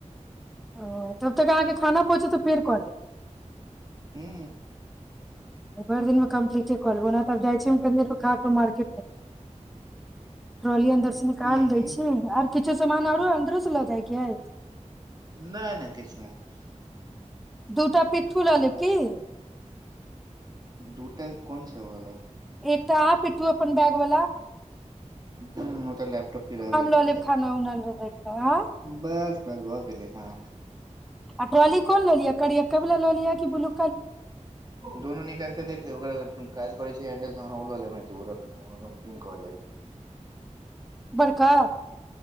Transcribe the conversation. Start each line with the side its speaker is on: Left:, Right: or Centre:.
Centre: ओ तब तक अहाँके खाना पहुँचत फेर कऽ लेब
Right: हू
Centre: भरि दिनमे कम्प्लीटे कऽ लेब ओना तऽ आब जाइ छी हम कनि देर खा के मार्केट मे ट्रोली अन्दर से निकाल
Right: हूँ हूँ
Centre: दै छी आर किछु समान आरो अन्दरो से लऽ जायके अइ
Right: नहि नहि किछ नहि <unintelligible>
Centre: दूटा पिठ्ठू लऽ लेब कि
Right: दूटा कोन से वाला
Centre: एकटा अहाँ पिठ्ठू अपन बैग वला
Right: ह ओ तऽ लैपटॉप के तऽ रहबे
Centre: लऽ
Right: करतै
Centre: लेब खाना उना राखि कऽ आ
Right: बस बस भऽ गेलै हँ
Centre: आ ट्रौली कोन लऽ लिय करियका बला लऽ लिय कि ब्लू
Right: दुनू निकालके देख लिय काज करै छै हैंडल तहन उ लऽ लेबै नहि तऽ उ पिंक बला
Centre: बड़का